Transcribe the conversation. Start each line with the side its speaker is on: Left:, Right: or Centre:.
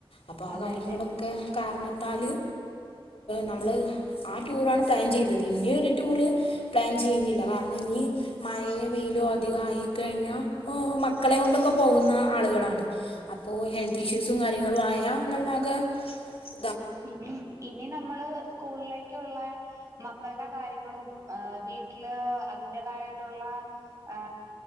Left: അപ്പൊ ആ
Right: അതെ
Left: കാര്യങ്ങളൊക്കെ
Right: അതെ
Left: കാരണം എന്നാല് നമ്മള് ആ ടൂറാണ് പ്ലാൻ ചെയ്തത് ഇനിയൊരു ടൂറ് പ്ലാൻ ചെയ്യുന്നില്ല കാരണം ഇനി- മഴ വെയിലും അധികമയേൽ കഴിഞ്ഞു പോ മക്കളെ കൊണ്ടൊക്കെ പോകുന്ന- ആളുകളാണ് അപ്പോൾ ഹെൽത്ത് ഇഷ്യൂസും കാര്യങ്ങളും ആ- ഞ്ഞാ നമ്മളാകേ <unintelligible>
Right: ഇനി ഇനി നമ്മള് സ്കൂളിലേക്കുള്ള മക്കളുടെ കാര്യങ്ങളും വീട്ടില് അതിന്റെതായിട്ടുള്ള ആ